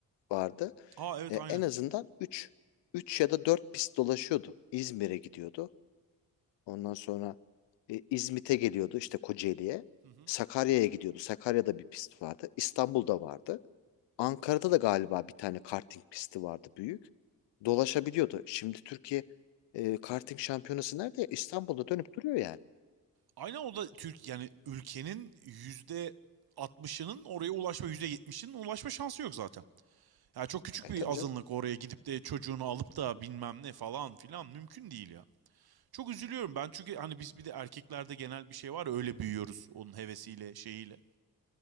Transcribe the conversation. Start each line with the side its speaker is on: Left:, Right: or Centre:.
Left: vardı.
Right: Aa evet
Left: E, en
Right: aynen.
Left: azından üç üç ya da 4 pist dolaşıyordu. İzmir'e gidiyordu. Ondan sonra e, İzmit'e geliyordu işte Kocaeli'ye.
Right: Hı hı.
Left: Sakarya'ya gidiyordu. Sakarya'da bir pist vardı. İstanbul'da vardı. Ankara'da da galiba bir tane karting pisti vardı büyük. Dolaşabiliyordu. Şimdi Türkiye e, karting şampiyonası nerede? İstanbul'da dönüp duruyor yani.
Right: Aynen o da Türk yani ülkenin yüzde 60'ının oraya ulaşma, yüzde 70'inin ulaşma şansı yok zaten. Ya çok küçük
Left: E
Right: bir
Left: tabii
Right: azınlık
Left: canım.
Right: oraya gidip de çocuğunu alıp da bilmem ne falan filan mümkün değil ya. Çok üzülüyorum ben çünkü hani biz bir de erkeklerde genel bir şey var ya öyle büyüyoruz onun hevesiyle şeyiyle.